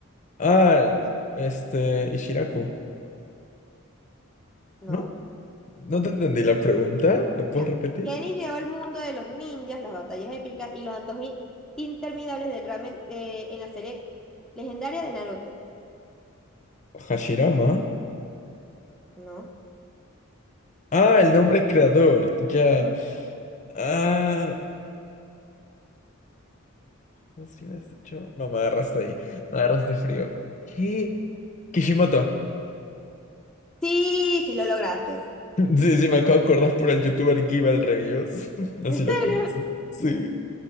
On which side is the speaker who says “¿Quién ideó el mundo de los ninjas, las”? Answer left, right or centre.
Centre